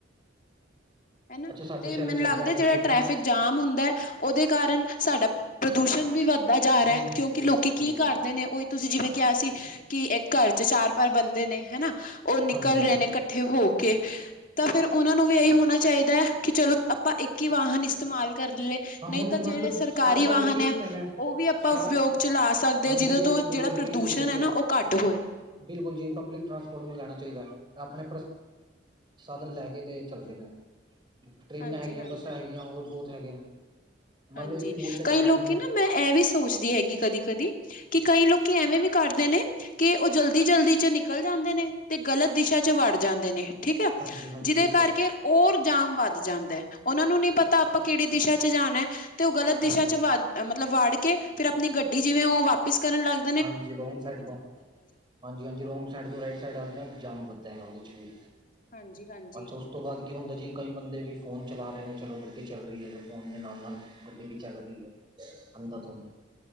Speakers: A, on the left; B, on the right.
A: ਹਨਾ
B: ਅੱਛਾ ਸਾਡੇ
A: ਤੇ
B: ਸ਼ਹਿਰਾਂ
A: ਮੈਨੂੰ
B: ਚ ਏਦਾਂ
A: ਲੱਗਦਾ
B: ਹੈਗਾ
A: ਜਿਹੜਾ
B: ਜਿੱਦਾਂ
A: ਟ੍ਰੈਫਿਕ ਜਾਮ ਹੁੰਦਾ। ਉਹਦੇ ਕਾਰਨ ਸਾਡਾ ਪ੍ਰਦੂਸ਼ਣ ਵੀ ਵੱਧਦਾ ਨਾ ਜਾ ਰਿਹਾ,
B: ਹਾਂਜੀ
A: ਕਿਉਂਕਿ
B: ਪ੍ਰਦੂਸ਼-
A: ਲੋਕੀ
B: ਪ੍ਰਦੂਸ਼ਣ
A: ਕੀ ਕਰਦੇ
B: ਵੱਧਦਾ
A: ਨੇ, ਉਹੀ ਤੁਸੀਂ ਜਿਵੇਂ ਕਿਹਾ ਸੀ ਕਿ, ਇੱਕ ਘਰ'ਚ ਚਾਰ-ਪੰਜ ਬੰਦੇ ਨੇ ਹਨਾ, ਉਹ ਨਿਕਲ
B: ਹਾਂਜੀ ਹਾਂਜੀ
A: ਰਹੇ ਨੇ ਇਕੱਠੇ ਹੋਕੇ ਤਾਂ ਫਿਰ ਉਹਨਾਂ ਨੂੰ ਵੀ ਇਹੀ ਹੋਣਾ ਚਾਹੀਦਾ ਹੈ, ਕਿ ਚਲੋ ਆਪਾਂ ਇੱਕ ਹੀ ਵਾਹਨ ਇਸਤੇਮਾਲ ਕਰਲੇ।
B: ਹਾਂ
A: ਨਹੀਂ
B: ਹੁਣ
A: ਤਾਂ
B: ਮੰਨ
A: ਜਿਹੜੇ
B: ਲਓ
A: ਸਰਕਾਰੀ
B: ਸਾਰਾ ਦਾ
A: ਵਾਹਨ
B: ਰੂਟ ਹੀ
A: ਹੈ,
B: ਇੱਕ ਹੈਗਾ
A: ਉਹ ਵੀ ਆਪਾਂ
B: ਸਾਰਾ
A: ਉਪਯੋਗ'ਚ ਲਾ ਸਕ
B: ਹਾਂਜੀ
A: ਜਿਦੋਂ
B: ਬਿਲਕੁਲ
A: ਤੋਂ,
B: ਬਿਲਕੁਲ
A: ਜਿਹੜਾ ਪ੍ਰਦੂਸ਼ਣ
B: ਬਿਲਕੁਲ ਬਿਲਕੁਲ
A: ਹੈ ਨਾ ਉਹ ਘੱਟ ਹੋਏ।
B: ਬਿਲਕੁਲ ਜੀ, ਪਬਲਿਕ ਟਰਾਂਸਪੋਰਟ ਨੂੰ ਲੈਣਾ ਚਾਹੀਦਾ, ਆਪਣੇ ਸਾਧਨ ਲੈਕੇ ਤੇ ਚੱਲਦੇ ਨੇ, ਟ੍ਰੇਨਾਂ
A: ਹਾਂਜੀ
B: ਹੈਗੀਆਂ,
A: ਹਾਂਜੀ
B: ਬੱਸਾਂ ਹੈਗੀਆਂ ਹੋਰ ਬਹੁਤ ਹੈਗੇ ਨੇ। ਮੰਨ
A: ਹਾਂਜੀ,
B: ਲਓ ਇੱਕ ਹੀ ਰੂਟ ਤੇ
A: ਕਈ
B: ਜਾਣਾ
A: ਲੋਕੀ
B: ਜਿਵੇਂ
A: ਨਾ, ਮੈਂ ਐਂ ਵੀ ਸੋਚਦੀ ਹੈਗੀ ਕਦੀ-ਕਦੀ ਕਿ ਕਈ ਲੋਕੀ ਐਵੇਂ ਵੀ ਕਰਦੇ ਨੇ, ਕਿ ਉਹ ਜਲਦੀ-ਜਲਦੀ'ਚ ਨਿ ਨਿਕਲ ਜਾਂਦੇ ਨੇ, ਤੇ ਗਲਤ ਦਿਸ਼ਾ'ਚ ਵੜ ਜਾਂਦੇ ਨੇ, ਠੀਕ ਆ।
B: ਹਾਂਜੀ-ਹਾਂਜੀ,
A: ਜਿਹਦੇ
B: ਬਿਲਕੁਲ
A: ਕਰਕੇ ਹੋਰ ਜਾਮ ਵੱਧ ਜਾਂਦਾ। ਉਹਨਾਂ ਨੂੰ ਨਹੀਂ ਪਤਾ ਆਪਾਂ ਕਿਹੜੀ ਦਿਸ਼ਾ'ਚ ਜਾਣਾ। ਤੇ ਉਹ ਗਲਤ ਦਿਸ਼ਾ'ਚ
B: ਹਾਂਜੀ।
A: ਵਾ, ਮਤਲਬ ਵਾੜਕੇ, ਫਿਰ ਆਪਣੀ ਗੱਡੀ, ਜਿਵੇਂ ਉਹ ਵਾਪਿਸ ਕਰਨ ਲੱਗ
B: ਹਾਂਜੀ ਰੋਂਗ ਸਾਈਡ ਤੋਂ, ਹਾਂਜੀ-ਹਾਂਜੀ ਰੋਂਗ ਸਾਈਡ ਤੋਂ, ਰਾਈਟ ਸਾਈਡ ਆਗਿਆ, ਜਾਮ ਵੱਧਦਾ ਹੈਗਾ ਉਹਦੇ'ਚ ਵੀ,
A: ਹਾਂਜੀ-ਹਾਂਜੀ,
B: ਅੱਛਾ ਓਸ ਤੋਂ ਬਾਅਦ ਕੀ ਹੁੰਦਾ ਜੀ। ਕਈ ਬੰਦੇ ਵੀ ਫੋਨ ਚਲਾ ਰਹੇ ਨੇ, ਚਲੋ ਗੱਡੀ ਚੱਲ ਰਹੀ ਹੈ, ਤੇ ਫੋਨ ਦੇ ਨਾਲ-ਨਾਲ ਗੱਡੀ ਵੀ ਚੱਲ ਰਹੀ ਹੈ। ਧੁੰਦ ਤੋ